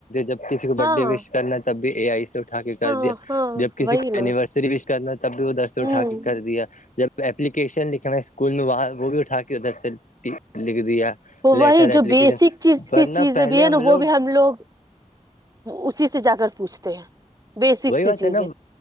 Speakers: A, on the left; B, on the right.
A: جب کسی کو برتھ
B: ہاں
A: ڈے
B: ہاں
A: وش کرنا تب بھی اے آئی سے اٹھا کے کر
B: ہاں
A: دیا
B: ہاں
A: جب کسی
B: وہی
A: کو
B: نا
A: اینیورسری وش کرنا تب بھی وہ درس
B: ہوں
A: اٹھا کے کر دیا جب کیشن لکھنا ہے اسکول میں وہاہ وہ بھی اٹھا کے ادھر سے لکھ دیا
B: تو وہی
A: لیٹر
B: جو
A: اپلیکیشن
B: بیسک چیز
A: ورنہ
B: کی چیزیں
A: پہلے
B: بھی ہے نا
A: لوگ
B: وہ بھی ہم لوگ اسی سے جا کر پوچھتے ہیں بیسک
A: وہی بات
B: سی چیزیں
A: ہے نا